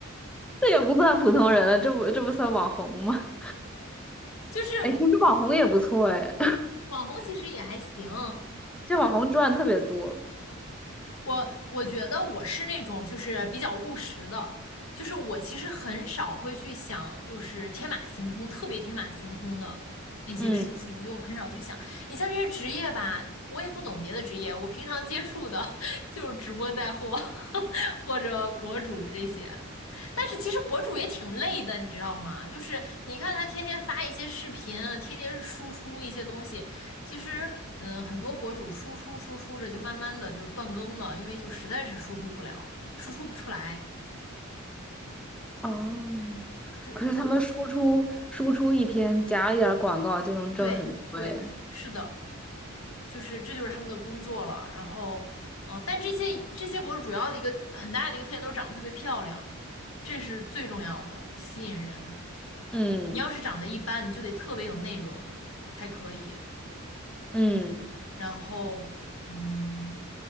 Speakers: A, in the centre; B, on the left.
A: 这也不算普通人了，这不这不算网红吗？
B: 就是
A: 哎，其实网红也不错哎，
B: 网红其实也还行，
A: <laughs> 这网红赚特别多。
B: 我我觉得我是那种就是比较务实的，就是我其实很少会去想就是天马行空，特别天马行空的那些事情，
A: 嗯。
B: 我就很少去想。你像这些职业吧，我也不懂别的职业，我平常接触的 <laughs> 就是直播带货 <laughs> 或者博主这些。但是其实博主也挺累的，你知道吗？就是你看他天天发一些视频，天天输出一些东西，其实，嗯、很多博主输出输出着就慢慢的就断更了，因为就实在是输出不了，输出不出来，
A: 哦，
B: 就或
A: 可是他们输出输出一篇夹一点儿广告就能挣很多耶。
B: 对对，是的，就是这就是他们的工作了。然后，呃，但这些这些博主主要的一个很大的一个特点都是长得特别漂亮，这是最重要的，吸引人。
A: 嗯
B: 你要是长得一般，你就得特别有内容才可以。
A: 嗯
B: 然后，嗯，